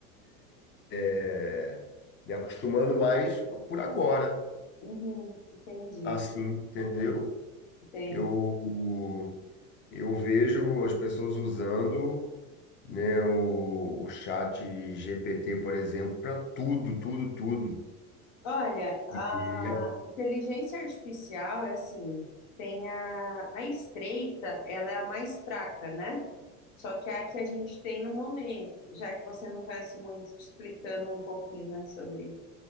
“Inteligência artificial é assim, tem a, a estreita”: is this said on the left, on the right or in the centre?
Left